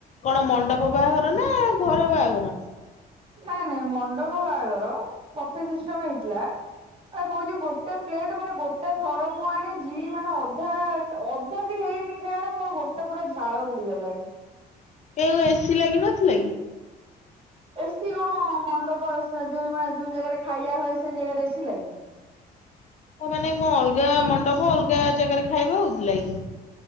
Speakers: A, on the left; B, on the right.
A: କଣ, ମଣ୍ଡପ ବାହାଘର ନା? ଘର ବାହାଘର?
B: ନାଇଁ, ନାଇଁ ମଣ୍ଡପ ବାହାଘର। ବମ୍ଫେ ସିଷ୍ଟମ ହେଇଥିଲା। ମୁଁ ପା କହୁଛି, ଗୋଟେ ପ୍ଲେଟ୍ ମାନେ ଗୋଟେ ଗୋଟେ ଥର ମୁଁ ଆଣିଛି। ମାନେ ଅଧା, ଅଧା ବି ହେଇନି ଖାଇବାର ମୋର ଗୋଟେ ପୁରା ଝାଳ ବୁଡି ଗଲାଣି।
A: କେ, ବେ ଏସି ଲାଗି ନଥିଲା କି?
B: ଏସିି କଣ, ମଣ୍ଡପ ସେ ଯୋଉ ମାନେ, ଯୋଉ ଜାଗାରେ ଖାଇବା ହୁଏ, ସେଇ ଜାଗାରେ ଏସି ଲାଗେ?
A: ଅ ମାନେ କଣ, ଅଲଗା ମଣ୍ଡପ ଅଲଗା ଜାଗାରେ ଖାଇବା ହଉଥିଲା କିି?